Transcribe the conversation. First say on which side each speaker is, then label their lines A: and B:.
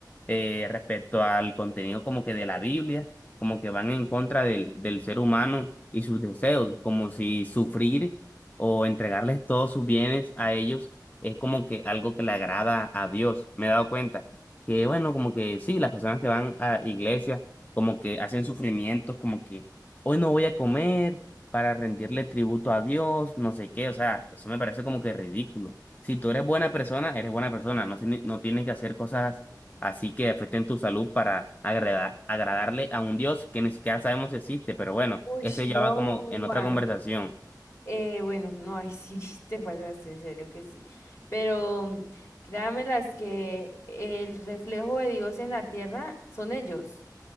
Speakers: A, on the left (about 20°); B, on the left (about 40°).
A: eh, respecto al contenido como que de la Biblia, como que van en contra del, del ser humano y sus deseos, como si sufrir o entregarles todos sus bienes a ellos es como que algo que le agrada a Dios. Me he dado cuenta que, bueno, como que sí, las personas que van a iglesias como que hacen sufrimientos, como que hoy no voy a comer para rendirle tributo a Dios, no sé qué, o sea, eso me parece como que ridículo. Si tú eres buena persona, eres buena persona. No, tiene- no tienes que hacer cosas así que afecten tu salud para agrada- agradarle a un Dios que ni siquiera sabemos si existe. Pero bueno,
B: Uy,
A: eso ya
B: no,
A: va como en
B: Juan.
A: otra conversación.
B: Eh, bueno, no, ahí sí <laughs> te pasaste, en serio que sí. Pero créanme las que el reflejo de Dios en la tierra son ellos.